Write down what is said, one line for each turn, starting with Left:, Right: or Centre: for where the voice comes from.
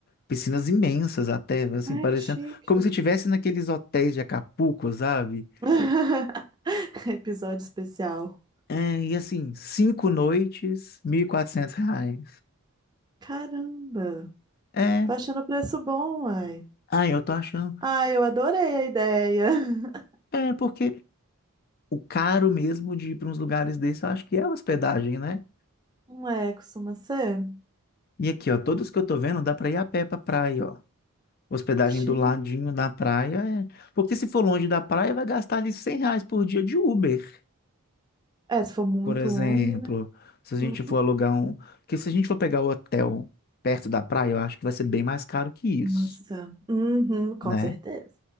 Left: piscinas imensas até, assim,
Right: Ai,
Left: parecendo
Right: que chique.
Left: como se tivesse naqueles hotéis de Acapulco, sabe?
Right: <laughs> Episódio especial.
Left: É, e assim, cinco noites, 1.400 reais.
Right: Caramba.
Left: É,
Right: Tô achando o preço bom, uai.
Left: ah, eu tô achando.
Right: Ah, eu adorei a ideia. <laughs>
Left: É, é porque O caro mesmo de ir para uns lugares desses, eu acho que é hospedagem, né?
Right: Não é, costuma ser?
Left: E aqui, ó, todos que eu tô vendo, dá para ir a pé pra praia, ó. Hospedagem
Right: Sim.
Left: do ladinho da praia. é- Porque se for longe da praia, vai gastar ali 100 reais por dia de Uber,
Right: É, se for muito
Left: por exemplo.
Right: longe, né?
Left: Se a gente
Right: Uhum.
Left: for alugar um. Porque se a gente for pegar o hotel perto da praia, eu acho que vai ser bem mais caro que isso,
Right: Nossa. Uhum, com
Left: né?
Right: certeza.